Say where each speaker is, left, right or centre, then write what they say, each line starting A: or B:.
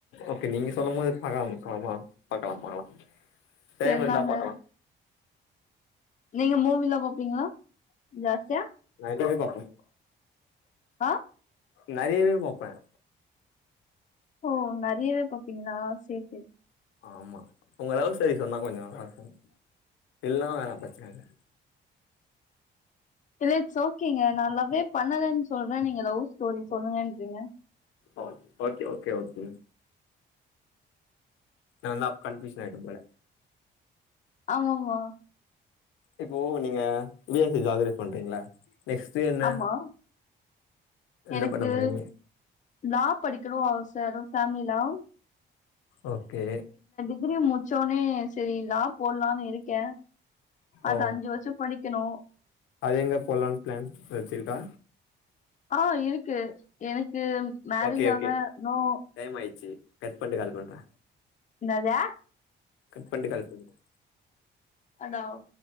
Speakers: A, on the left; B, on the left.
A: ஓகே நீங்க சொல்லும் போது பாக்காம இருப்போமா பாக்கலா பாக்கலாம் டைம்
B: சரிதாங்க
A: இருந்த பாக்கலாம்
B: நீங்க மூவிலா பாப்பீங்களா ஜாஸ்தியா
A: எல்லாமே பாப்போ
B: ஆஹ
A: நறையவே பாப்பேன்
B: ஓ நறையவே பாப்பீங்களா சேர் செரி
A: ஆமா உங்க லவ் ஸ்டோரி சொன்னா கொஞ்சம் நல்லாருக்கும் இல்ணா பிரச்சன இல்ல
B: இல்ல இட்ஸ் ஓகேங்க நா லவ்வெ பண்ணலன்னு சொல்றே நீங்க லவ் ஸ்டோரி சொல்லுங்கன்றீங்க
A: ஒ ஓகே ஓகே ஓகே நல்லா கன்பியுஷன் ஆயிடு போல
B: ஆமாம்மா
A: இப்போ நீங்க <unintelligible> பண்றீங்களா நெக்ஸ்டு என்ன
B: ஆமா
A: என்ன
B: எனக்கு
A: பண்ண போறீங்க
B: லா படிக்கணு ஆச அதுவ் ஃபேமிலிலா
A: ஓகே
B: டிகிரி முச்சோனே சரி லா போட்லான்னு இருக்கே அது
A: ஓ
B: அஞ்சு வருஷோ படி க்கணு
A: அது எங்க போலான்னு பிளான் வச்சுருக்க
B: அ இருக்கு எனக் எனக்கு மேரேஜ்ஜாக
A: ஓகே ஓகே
B: நோ
A: டைம் ஆயிடுச்சு கட் பண்ட்டு கால் பண்றே
B: இன்னாது
A: கட் பண்ட்டு கால் பன்னு
B: அதாவ்